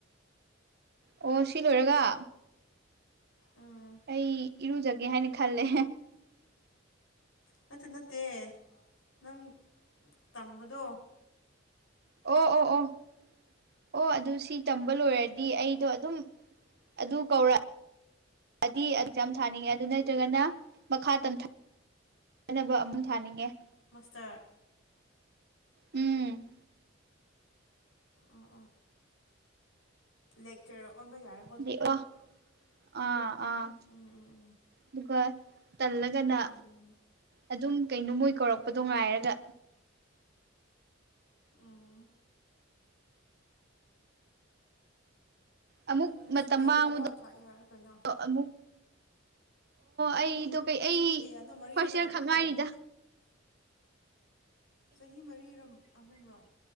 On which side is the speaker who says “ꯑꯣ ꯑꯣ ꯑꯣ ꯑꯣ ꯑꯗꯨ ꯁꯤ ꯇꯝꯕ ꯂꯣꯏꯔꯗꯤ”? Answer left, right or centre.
Right